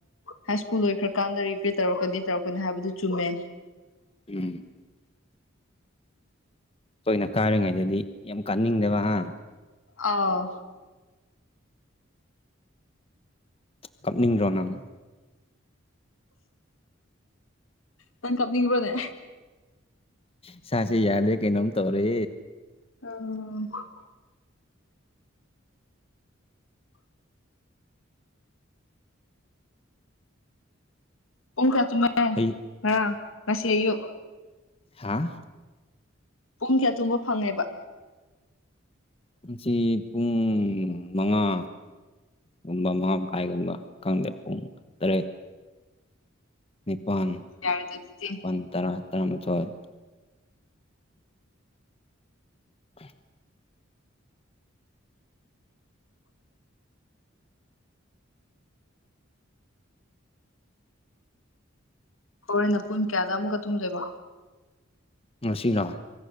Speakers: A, on the left (about 85°); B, on the left (about 30°).
A: ꯍꯥꯏ ꯁ꯭ꯀꯨꯜ ꯂꯣꯏꯈ꯭ꯔꯀꯥꯟꯗ ꯔꯤꯒꯦꯠ ꯇꯧꯔꯛꯀꯅꯤ ꯇꯧꯔꯛꯀꯅꯤ ꯍꯥꯏꯕꯗꯨ ꯆꯨꯝꯃꯦ
B: ꯎꯝ ꯇꯣꯏꯅ ꯀꯥꯔꯤꯉꯩꯗꯗꯤ ꯌꯥꯝ ꯀꯥꯅꯤꯡꯗꯕ ꯍꯥꯥ
A: ꯑꯥꯎ
B: ꯀꯞꯅꯤꯡꯗ꯭ꯔꯣ ꯅꯪ
A: ꯅꯪ ꯀꯞꯅꯤꯡꯕ꯭ꯔꯣꯅꯦ
B: ꯏꯁꯥꯁꯦ ꯌꯥꯗ꯭ꯔꯦ ꯀꯩꯅꯣꯝ ꯇꯧꯔꯦ
A: ꯑꯣ ꯄꯨꯡ ꯀꯌꯥ ꯇꯨꯝꯃꯦ
B: ꯍꯩ
A: ꯉꯔꯥꯡ ꯉꯁꯤ ꯑꯌꯨꯛ
B: ꯍꯥꯥ
A: ꯄꯨꯡ ꯀꯌꯥ ꯇꯨꯝꯕ ꯐꯪꯉꯦꯕ
B: ꯉꯁꯤ ꯄꯨꯡ ꯃꯉꯥ ꯒꯨꯝꯕ ꯃꯉꯥ ꯃꯈꯥꯏꯒꯨꯝꯕ ꯈꯪꯗꯦ ꯄꯨꯡ ꯇꯔꯦꯠ ꯅꯤꯄꯜ
A: ꯌꯥꯔꯦꯗ ꯑꯗꯨꯗꯤ
B: ꯃꯄꯜ ꯇꯔꯥ ꯇꯔꯥꯃꯊꯣꯏ <inaudible>
A: ꯍꯣꯔꯦꯟꯅ ꯄꯨꯡ ꯀꯌꯥꯗ ꯑꯃꯨꯛꯀ ꯇꯨꯝꯗꯣꯏꯕ
B: ꯉꯁꯤꯔꯥ